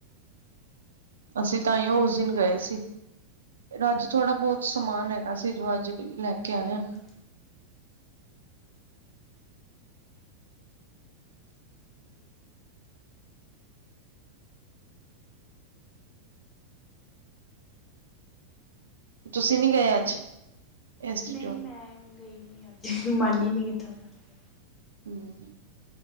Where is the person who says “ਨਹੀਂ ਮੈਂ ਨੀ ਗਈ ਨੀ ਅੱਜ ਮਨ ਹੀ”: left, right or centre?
Left